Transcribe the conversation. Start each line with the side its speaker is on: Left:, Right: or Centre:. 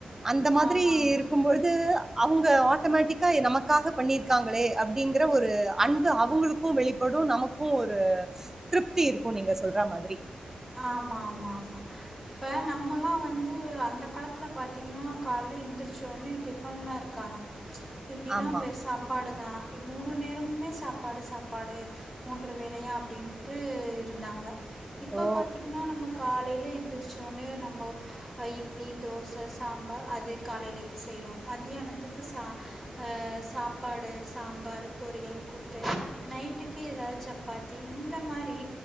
Right: அந்த மாதிரி
Centre: ஆமாம்
Right: இருக்கும்பொழுது அவங்க ஆட்டோமேட்டிக்கா நமக்காக பண்ணிருக்காங்களே அப் அப்டிங்குற ஒரு அன்பு அவங்குளுக்கு வெளிப்படு நமக்கு ஒரு திருப்தி இருக்கு நீங்க சொல்ற மாதிரி
Centre: ஆமா ஆமா ஆமா இப்ப நம்மல்லா வந்து து அந்த காலத்துல பாத்தீங்கன்னா கால்ல எந்திரிச்சோனே டிஃபன்லா இருக்காதா எப்டின்னா
Right: ஆமா.
Centre: வெர் சாப்பாடுதானா மூணு நேரமே சாப்பாடு சாப்பாடு மூன்று வேலையு அப்டின்ட்டு இருந்தாங்க இப்போ
Right: ஓ!
Centre: பாத்திங்கன்னா நம்ம காலைல எழுந்திரிச்சோனே நம்மோ இட்லி தோச சாம்பார் அது காலைலிக்கு செய்றோ மத்தியானத்துக்கு சா அ சாப்பாடு சாம்பாரு பொரியல் கூட்டு நைட்டுக்கு எதாவது சப்பாத்தி இந்த மாரி